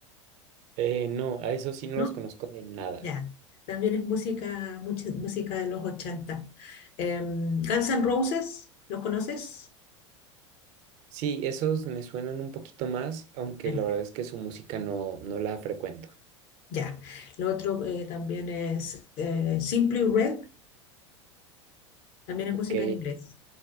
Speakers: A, on the right; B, on the left.
A: Eh, no, a esos sí no
B: ¿No?
A: los conozco de nada.
B: Ya. También es música, mucha música de los 80. Em, Guns N' Roses, ¿los conoces?
A: Sí, esos me suenan un poquito más, aunque
B: Ah,
A: la verdad
B: Ya.
A: es que su música no, no la frecuento.
B: Ya. Lo otro eh, también es eh, Simply Red, también es
A: Ok.
B: música en inglés.